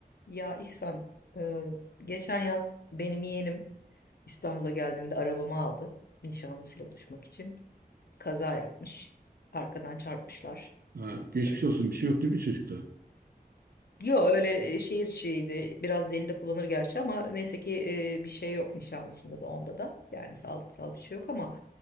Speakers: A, on the left; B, on the right.
A: Ya İhsan, e, geçen yaz benim yeğenim İstanbul'a geldiğinde arabamı aldı nişanlısıyla buluşmak için. Kaza yapmış. Arkadan çarpmışlar.
B: Ha, geçmiş
A: E,
B: olsun bir şey yok değil mi çocukta?
A: Yo öyle e, şehir içiydi. Biraz deli de kullanır gerçi ama neyse ki e, bir şey yok nişanlısında da onda da. Yani sağlıksal bir şey yok ama